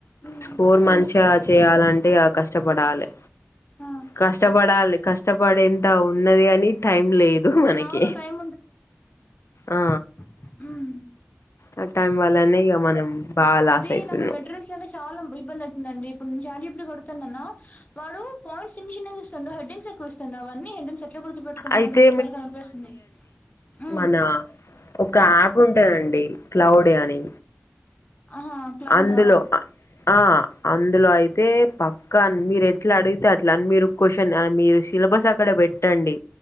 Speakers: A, on the left; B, on the left.
A: హ్మ్.
B: స్కోర్ మంచిగా చేయాలంటే ఇగ కష్టపడాలి
A: ఆ!
B: కష్టపడాలి కష్టపడేంత ఉన్నది కాని టైం లేదు మనకి
A: అవును. టైం
B: ఆ
A: మ్
B: ఆ టైం వల్లనే ఇగ మనం బాగా లాస్
A: అది
B: అయితున్నాం
A: నాకు మెటీరియల్స్ అనే చాలా ఇబ్బంది అవుతుందండి ఇప్పుడు చాట్ జిపిటికి అడుగుతన్నాన వాడు పాయింట్స్ చిన్న చిన్నగ ఇస్తండు హెడింగ్స్ ఎక్కువ ఇస్తండు అవన్నీ హెడింగ్సె ఎట్ల గుర్తు పెట్టుకుంటా
B: అయితే
A: చాల చాల బేస్తుంది మ్
B: నా ఒక యాప్ ఉంటాదండి క్లౌడి అని
A: ఆహా క్లౌడా
B: అందులో ఆ అందులో అయితే పక్క అన్ మీరు ఎట్లా అడిగితే ట్లన్ మీరు క్వశ్చన మీరు సిలబస్ అక్కడ పెట్టండి